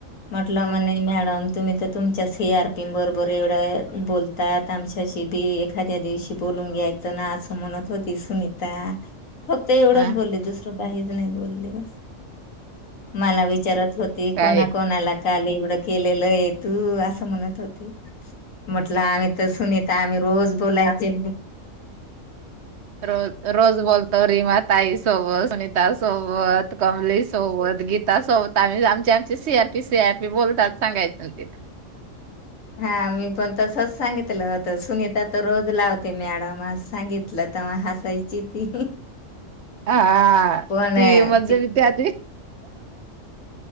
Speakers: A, on the left (about 85°); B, on the right (about 60°).
A: म्हटलं मने मॅडम तुम्ही तर तुमच्याच सीआरपीं बरोबर एवढं बोलतात आमच्याशी बी एखाद्या दिवशी बोल लून घ्यायचं ना असं म्हणत होती सुनीता फक्त एवढंच
B: हा
A: बोलले दुसरं काहीच नाही बोलली बस. मला विचारत होती
B: काय
A: कोणा कोणाला काल एवढं केलेलंय. तू असं म्हणत होती म्हटलं आम्ही तर सुनीता आम्ही रोज बोलायचे.
B: रोज रोज बोलताव रि ताई सोबत, सुनीता सोबत, कमली सोबत गी ता सोबत आम्ही आमचे आमची C R P C R P बोलताव सांगायच
A: हा मी पण तसंच सांगितलं होत. सुनीता तर रोज लावते मॅडम सांगितलं तेव्हा हासायची जी ती
B: हा
A: पण
B: ती
A: अ,
B: म्हणजे विद्यार्थी